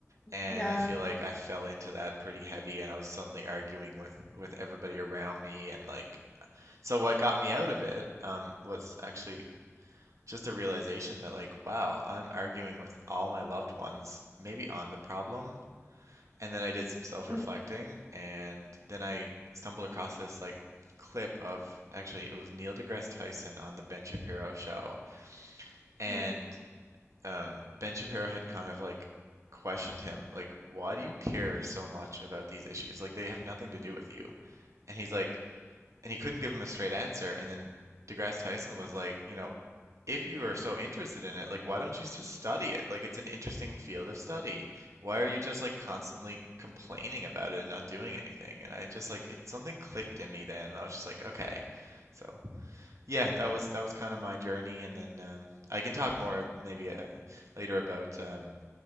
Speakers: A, on the right; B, on the left.
A: and
B: Yeah.
A: I feel like I fell into that pretty heavy and I was suddenly arguing with with everybody around me and like so what got me out of it um was actually just a realization that like wow, I'm arguing with all my loved ones. Maybe I'm the problem. And then I did some self-reflecting
B: Mhm.
A: and then I stumbled across this like clip of actually it was Neil deGrasse Tyson on the Ben Shapiro show and
B: Mm.
A: um, Ben Shapiro had kind of like questioned him, like, why do you care so much about these issues? Like, they have nothing to do with you. And he's like, and he couldn't give him a straight answer. And then DeGrasse Tyson was like, you know, if you are so interested in it, like, why don't you just study it? Like, it's an interesting field of study. Why are you just like constantly complaining about it and not doing anything? And I just like, it, something clicked in me then, and I was just like, okay. So yeah, that was that was kind of my journey, and then um, I can talk more maybe uh, later about um,